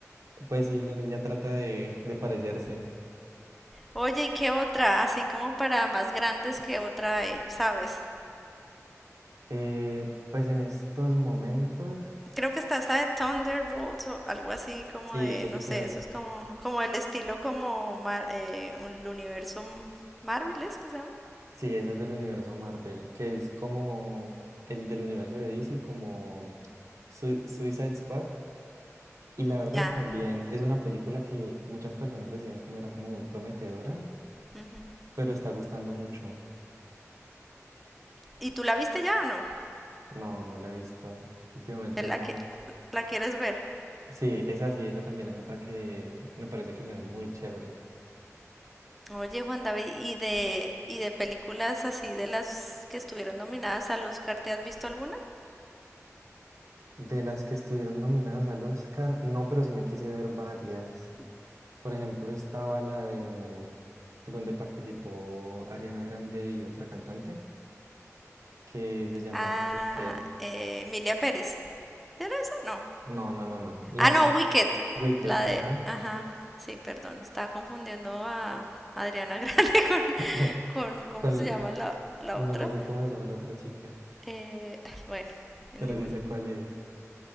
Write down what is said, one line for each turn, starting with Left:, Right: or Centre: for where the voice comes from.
Right: Pues sí, la niña trata de, de parecerse.
Centre: Oye, ¿y qué otra? Así como para más grandes, ¿qué otra hay? ¿Sabes?
Right: Eh, pues en estos momentos...
Centre: Creo que está esta de Thunderbolts o algo así como
Right: Sí,
Centre: de,
Right: eso
Centre: no sé,
Right: te iba a decir.
Centre: eso es como, como el estilo como Mar- eh, el universo m- Marvel, ¿es que se llama?
Right: Sí, ese es del universo Marvel, que es como el del universo de DC, como Su- Suicide Squad. Y la verdad
Centre: Ya.
Right: también es una película que muchas personas decían que no era como muy prometedora,
Centre: ujú.
Right: pero está gustando mucho.
Centre: ¿Y tú la viste ya o no?
Right: No, no la he visto. Últimamente
Centre: ¿El-
Right: no.
Centre: ¿La que la quieres ver?
Right: Sí, esa sí, esa también es otra que me parece que se ve muy chévere.
Centre: Oye, Juan David, ¿y de, y de películas así de las que estuvieron nominadas al Oscar, ¿te has visto alguna?
Right: De las que estuvieron nominadas al Oscar, no, pero sí me quise ver varias. Por ejemplo, estaba la de donde participó Ariana Grande y otra cantante que se llamaba
Centre: Ah,
Right: Wicked.
Centre: eh, Emilia Pérez. ¿Era esa? No.
Right: No, no, no, no. La
Centre: Ah, no, Wicked.
Right: Wicked,
Centre: La de...
Right: ajá.
Centre: Ajá, sí, perdón, estaba confundiendo a Adriana Grande <laughs>
Right: <laughs>
Centre: con, con ¿cómo
Right: Con,
Centre: se llama la, la
Right: No,
Centre: otra?
Right: no sé cómo se llama la otra chica,
Centre: Eh, ay, bueno, anyway.
Right: pero sí sé cuál es.